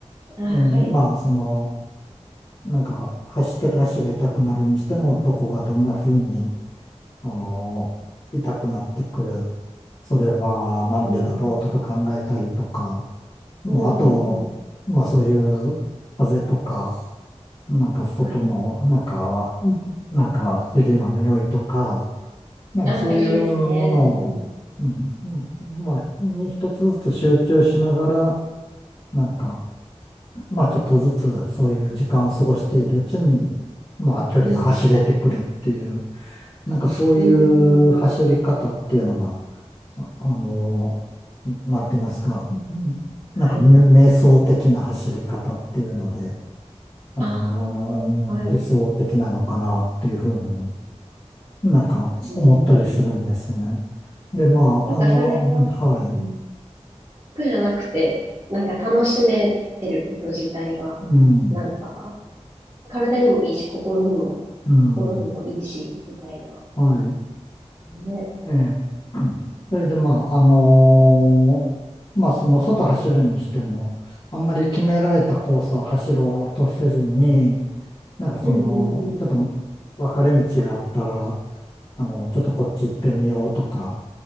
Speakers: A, on the right (about 30°); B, on the left (about 45°).
A: あ、
B: えーまあ、
A: はい、
B: その、なんか、走ってた足が痛くなるにしても、どこがどんな風に、あの、痛くなってくる。それはなんでだろうとか考えたりとか、
A: うん、
B: まあ、
A: うん、うん、
B: あと、
A: うん、
B: まあそういう風とか、なんか外の、
A: はい。
B: なんか、なんか生地の匂いとか、なんかそういうものを、
A: あいいですね。うん、
B: うん、うんまあ、に一つずつ集中しながら、なんか、まあちょっとずつそういう時間を過ごしているうちに、まあ距離が走れてくるっていう、
A: うん、
B: なんかそういう走り方っていうのが、
A: うん、
B: あの、なんて言いますか、うんなんかめ瞑想的な走り方っていうので、
A: はい。
B: あの、
A: ああ、
B: うん理想的なのかなっていうふうに
A: はい、
B: なんか思ったりするんですよね。
A: うん。
B: で、まあ、
A: なんかそれが、
B: あの、うんはい。
A: うん苦じゃなくて、なんか楽しめてること自体が、
B: うん、
A: なんか、体にもいいし、心にも、
B: うん、
A: 心にもいいし、みたいな。
B: はい。
A: ね。
B: ええ。うんそれで、
A: うん、
B: まあ、あのーまあ、その外走るにしても、あんまり決められたコースを走ろうとせずに、なんかその、
A: うん、うん、うん。
B: ちょっと分かれ道があったら、あの、ちょっとこっち行ってみようとか、